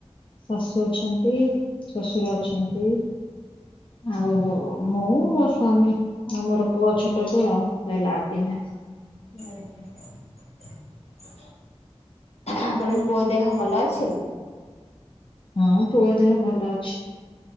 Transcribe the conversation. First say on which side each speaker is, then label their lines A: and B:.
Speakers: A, on the left; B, on the left.
A: ଶାଶୁ ଅଛନ୍ତି, ଶଶୁର ଅଛନ୍ତି। ଆଉ ମୁଁ ମୋ ସ୍ଵାମୀ ଆଉ ମୋର ପୁଅ ଛୋଟ ଟେ ଆଉ ହେଲା ଆଉ କିଏ ନାହାନ୍ତି।
B: <inaudible> ଆପଣଙ୍କ ପୁଅ ଦେହ ଭଲ ଅଛି?
A: ହଁ ପୁଅ ଦେହ ଭଲ ଅଛି।